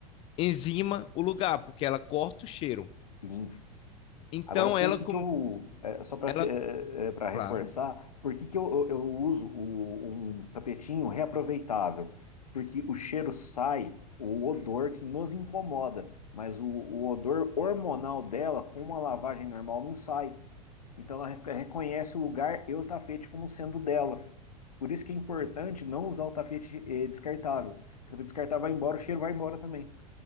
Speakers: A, on the left; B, on the left.
A: enzima o lugar, porque ela corta o cheiro.
B: Sim,
A: Então
B: Agora, por
A: ela,
B: que
A: com-
B: que eu, é, só para
A: ela,
B: para reforçar,
A: claro,
B: por que que eu, eu, eu uso o, um tapetinho reaproveitável? Porque o cheiro sai, o odor que nos incomoda, mas o, o odor hormonal dela, com uma lavagem normal, não sai. Então, ela re- reconhece o lugar e o tapete como sendo dela. Por isso que é importante não usar o tapete eh, descartável. O tapete descartável vai embora, o cheiro vai embora também.